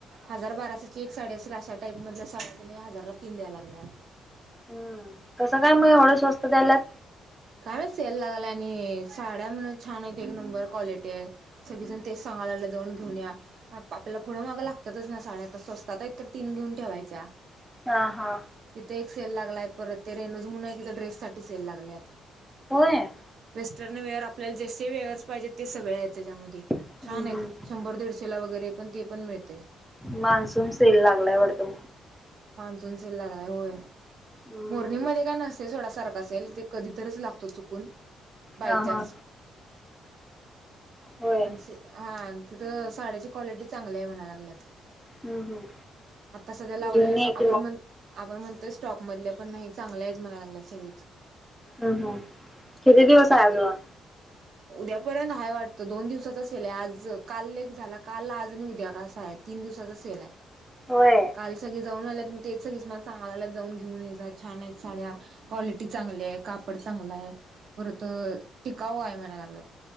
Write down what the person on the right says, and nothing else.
हजार बाराशेची एक साडी असेल, अशा टाईप मधल्या साड्या, त्यांनी हजारला तीन द्याय लागल्यात.
काय माहित सेल लागलाय आणि साड्या म्हण छान आहेत, एक नंबर क्वाले टी हाय, सगळी जण तेच सांगायल्यात, जाऊन घेऊन या. आपल्याला पुढ माग लाग लागतातच ना साड्या जर स्वस्तात आहेत तर तीन घेऊन ठेवायच्या.
तिथं एक सेल लागलाय. परत ते रेनज म्हणून आहे तिथं ड्रेस साठी सेल लागलेत.
वेस्टर्नवेयर आपल्या जसे वेहरच पाहिजेत ते सगळे आहेत. त्याच्यामध्ये
छान आहेत.
शंभर दीडशे ला वगैरे पण ते पण मिळता
मान्सून सेल लागलाय होय.
मोरनी मध्ये का नसत य सोडा सारख सेल तो कधीतरीच लागतो चुकून बाय-चान्स.
आणि हा तिथं साड्याची क्वालिटी चांगली आहे म्हणाय लागल्यात.
आता सध्या लावलेलंच
आपण म्हण. आपण म्हणतोय स्टॉक मधले पण नाही चांगलं आहे म्हणाय लागलेत सगळी.
उद्यापर्यंत हाय वाटतं. दोन दिवसाचा सेल हाय आज काल ले एक झाला. काल आज आणि उद्यां आहे. तीन दिवसाचा सेल आहे.
काल सगळे जाऊन आल्यात तेच सगळे मला सांगायला लागल्यात जाऊन घेऊन ये. छान आहेत साड्या. क्वालिटी चांगल्या आहे कापड चांगला आहे. परत टिकाऊ आहे म्हणा लागल्यात.